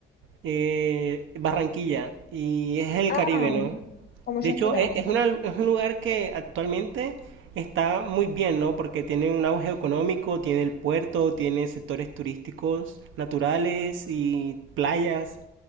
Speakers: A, on the right; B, on the left.
A: Eh, Barranquilla, y es el
B: Ah,
A: Caribe, ¿no?
B: como
A: De
B: Shakira.
A: hecho, e- es, una- es un lugar que actualmente está muy bien, ¿no? Porque tiene un auge económico, tiene el puerto, tiene sectores turísticos naturales y playas.